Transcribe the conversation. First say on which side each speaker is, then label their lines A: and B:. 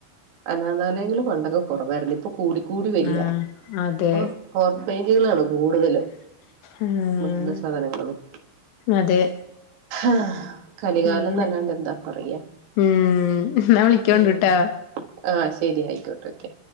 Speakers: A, on the right; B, on the left.
A: അനാഥാലയങ്ങള് പണ്ടൊക്കെ കുറവായിരുന്നു ഇപ്പൊ കൂടിക്കൂടി വരിക
B: ആഹ് അതെ
A: അപ്പൊ കോർ പേജുകളാണ് കൂടുതലും
B: ആഹ്
A: വൃദ്ധസധനങ്ങളും
B: അതെ
A: ആഹ് കലികാലന്നല്ലാണ്ട്
B: അങ്ങനെ
A: എന്താ പറയാ
B: ഉം ന്നാ വളിക്കണ്ടട്ടാ
A: ഉം ആഹ് ശെരി ആയിക്കോട്ടെ ക്കെ